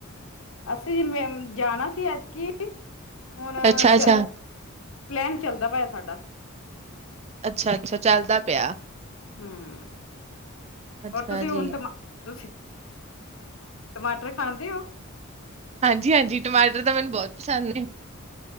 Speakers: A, on the left (about 65°); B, on the right (about 30°).
A: ਅਸੀਂ, ਮੈ ਜਾਣਾ ਸੀ ਐਤਕੀਂ। ਹੁਣ
B: ਅੱਛਾ ਅੱਛਾ।
A: 'ਚ ਪਲੈਨ ਚੱਲਦਾ ਪਿਆ ਸਾਡਾ।
B: ਅੱਛਾ -ਅੱਛਾ ਚੱਲਦਾ ਪਿਆ।
A: ਹੂੰ--ਹੋਰ
B: ਅੱਛਾ
A: ਤੁਸੀਂ ਹੁਣ
B: ਜੀ
A: ਟਮਾ ਤੁਸੀਂ -ਟਮਾਟਰ ਖਾਂਦੇ ਓ?
B: ਹਾਂਜੀ -ਹਾਂਜੀ ਟਮਾਟਰ ਤਾਂ ਮੈਨੂੰ ਬੋਤ ਪਸੰਦ ਨੇ।